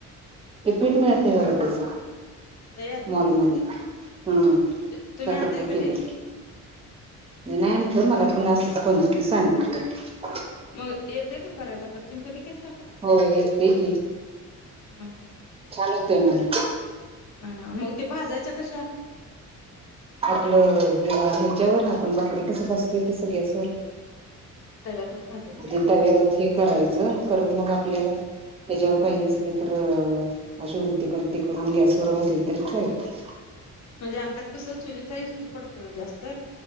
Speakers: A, on the right; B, on the left.
A: ते पीट मिळतय बघा त्याच
B: तयार
A: मॉलमध्ये हा
B: तुम्ही
A: साठ
B: आणताय
A: रुपये
B: कधी
A: किलो आहे मी नाही आनंद मला आपण असं <unintelligible> सांगितलं
B: मग येते का करायला तुम्ही कधीे केलता का
A: हो येतय की
B: हम हम
A: म्हत आहे म्हण
B: अा मग ते भाजायच्या कश्या
A: आपलं ह्याच्यावर आपण भाकरी कस भाजतोय तस गॅसवर
B: तव्यातच भाजायच्या
A: म्हणजे
B: होय.
A: तव्यावर हे करायचं करण मग आपल्याला
B: हो.
A: त्याच्यावर पाहिजे असली तर अशी उलती पालती करून गॅसवर भसली तरी चालते
B: म्हणजे आमच्यात कसं चुलीचा विस्तू पडतोय ओ जास्त